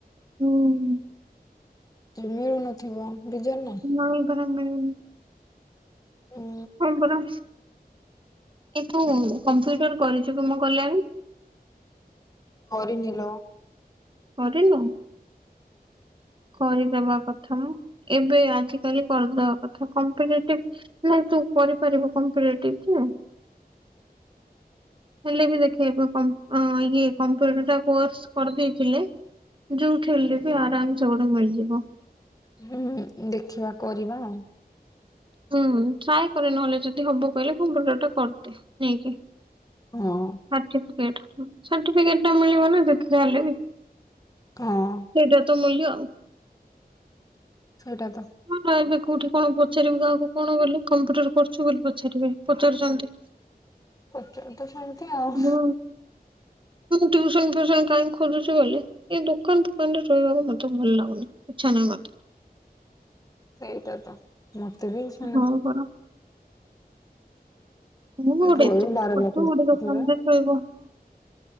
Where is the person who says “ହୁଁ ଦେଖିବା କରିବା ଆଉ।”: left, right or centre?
Left